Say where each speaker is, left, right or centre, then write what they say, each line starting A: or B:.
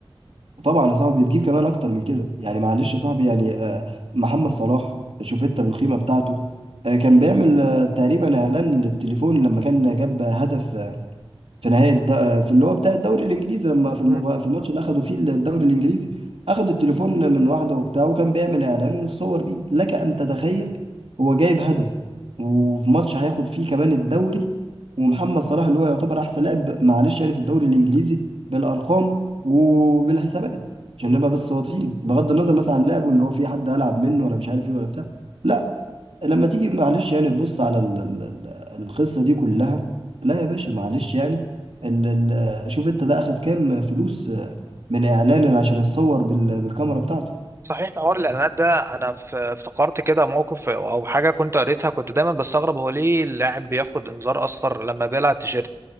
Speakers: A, on the right (about 75°); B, on the right (about 25°).
A: طبعا يا صاحبي بتجيب كمان اكتر من كده يعني معلش يا صاحبي يعني آه، محمد صلاح شوف انت بالقيمه بتاعته آه، كان بيعمل آه، تقريبا اعلان للتليفون لما كان جاب هدف في نهايه الد... في اللي هو بتاع الدوري الانجليزي لما في المبا...
B: مم.
A: في الماتش اللي اخدوا فيه الدوري الانجليزي اخدوا التليفون من واحده وبتاع وكان بيعمل اعلان وصور بيه لك ان تتخيل هو جايب هدف وفي ماتش هياخد فيه كمان الدوري ومحمد صلاح اللي هو يعتبر احسن لاعب معلش يعني في الدوري الانجليزي بالارقام وبالحسابات عشان
B: مم.
A: نبقى بس واضحين بغض النظر مثلا عن لعبه اللي هو في حد العب منه ولا مش عارف ايه ولا بتاع لا لما تيجي معلش يعني تبص على ال- ال- ال- القصة دي كلها لا يا باشا معلش يعني ال ال شوف انت ده اخد كام فلوس آه، من اعلان عشان يتصور بال- بالكاميرا بتاعته
B: صحيح حوار الاعلانات ده انا ف- افتكرت كده موقف او حاجه كنت قريتها كنت دايما بستغرب هو ليه اللاعب بياخد انذار اصفر لما بيلعب تيشيرت